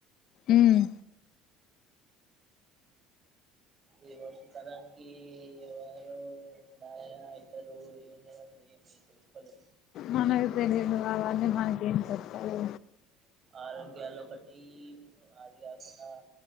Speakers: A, on the left; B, on the right.
A: ఉమ్
B: ఈ వర్షకలనికీ ఎవరూ ఎట్లా అయితరు ఏం చెయ్యలో ఏమి తెలుసుకోలేం
A: మనకు తెలియదు అవన్నీ మనకేం చెప్తారు
B: ఆరోగ్యలు ఒకట్ ఈ అది కాకుండ